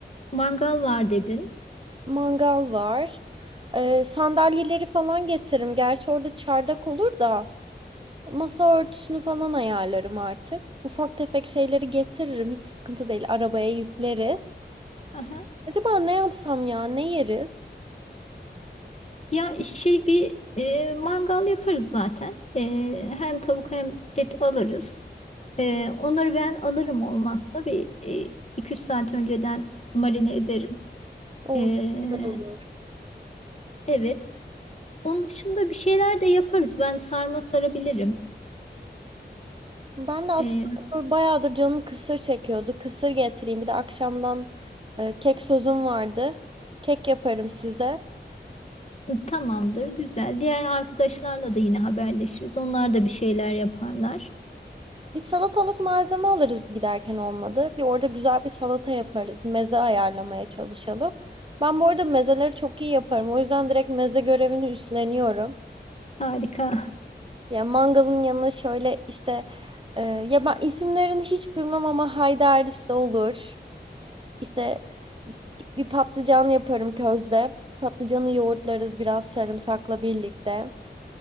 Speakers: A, on the left (about 35°); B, on the right (about 30°).
A: mangal var dedin.
B: Mangal var. Ee, sandalyeleri falan getiririm. Gerçi orada çardak olur da masa örtüsünü falan ayarlarım artık. Ufak tefek şeyleri getiririm. Hiç sıkıntı değil. Arabaya yükleriz.
A: Aha.
B: Acaba ne yapsam ya? Ne yeriz?
A: Ya şey bir e, mangal yaparız zaten. E, hem tavuk hem et alırız. E, onları ben alırım olmazsa bir e, 2-3 saat önceden marine ederim.
B: O
A: E,
B: güzel olur.
A: evet. Onun dışında bir şeyler de yaparız. Ben sarma sarabilirim.
B: Ben de aslında
A: Ee,
B: böyle bayağıdır canım kısır çekiyordu. Kısır getireyim. Bir de akşamdan e, kek sözüm vardı. Kek yaparım size.
A: tamamdır, güzel. Diğer arkadaşlarla da yine haberleşiriz. Onlar da bir şeyler yaparlar.
B: Bir salatalık malzeme alırız giderken olmadı. Bir orada güzel bir salata yaparız. Meze ayarlamaya çalışalım. Ben bu arada mezeleri çok iyi yaparım. O yüzden direkt meze görevini üstleniyorum.
A: Harika.
B: Ya mangalın yanına şöyle işte e, ya ben isimlerini hiç bilmem ama haydarisi olur. İşte bir patlıcan yaparım közde. Patlıcanı yoğurtlarız biraz sarımsakla birlikte.